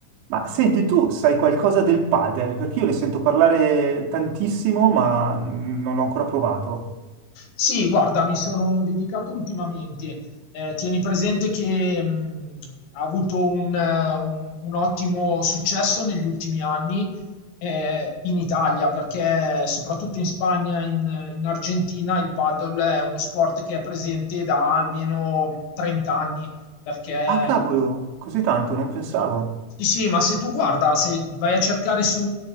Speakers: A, on the right; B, on the left.
A: Ma senti, tu sai qualcosa del padel? Perché io ne sento parlare tantissimo, ma non l'ho ancora provato.
B: Sì, guarda, mi sono dedicato ultimamente. Ehm, tieni presente che, mhmm, ha avuto un eh, un un ottimo successo negli ultimi anni, ehm, in Italia, perché soprattutto in Spagna e in in Argentina il padel è uno sport che è presente da almeno 30 anni, perché
A: Ah, cavolo, così tanto, non pensavo.
B: Sì, sì, ma se tu guarda, se vai a cercare su,